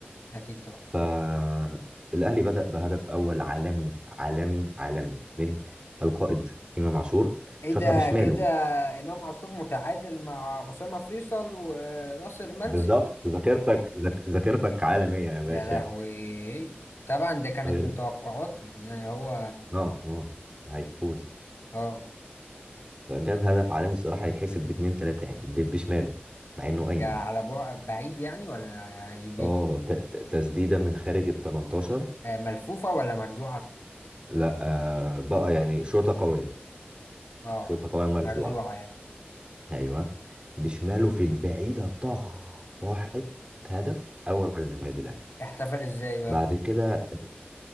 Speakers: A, on the left; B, on the right.
A: اكيد طبعا
B: فالاهلي بدأ بهدف اول عالمي عالمي عالمي من القائد امام عاشور
A: ايه
B: شاطها
A: ده
B: بشماله
A: كده امام عاشور متعادل مع اسامه فيصل وناصر منسي
B: بالظبط ذاكرتك ذاك- ذاكرتك عالمية يا باشا
A: يا لهوي طبعا ده كانت
B: غير
A: من توقعاتي ان هو
B: اه اه هيفوز
A: اه
B: جاب هدف عالمي الصراحة هيتحسب باتنين تلاتة يعني ب- بشماله مع انه
A: ده
B: ايمن
A: على بعد بعيد يعني ولا ليه
B: اه ت- ت- تسديدة من خارج ال 18
A: آه ملفوفه ولا مرزوعه
B: لا آه بقى يعني شوطة قوية
A: اه
B: شوطة قوية مرفوعة
A: مرزوعه يعني
B: ايوه بشماله في البعيدة طخ راحت هدف اول للنادي الاهلي
A: احتفل ازاي بقى
B: بعد كده